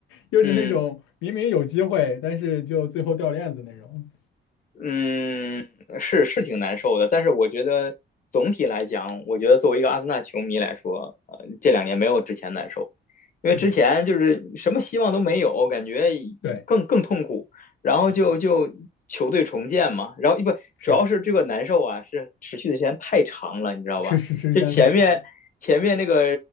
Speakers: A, on the left; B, on the left.
A: 又是那种明明有机会，
B: 嗯。
A: 但是就最后掉链子那种。
B: 嗯，是是挺难受的，但是我觉得总体来讲，我觉得作为一个阿森纳球迷来说，呃，这两年没有之前难受，因为之前就是什么希望都没有，
A: 嗯，
B: 感觉
A: 对，
B: 更更痛苦，然后就就球队重建嘛，
A: 嗯，
B: 然后不主要是这个难受啊，
A: 是
B: 是持续的时间太长了，你知道吧？
A: 是是是时间太长，
B: 就前面前面那个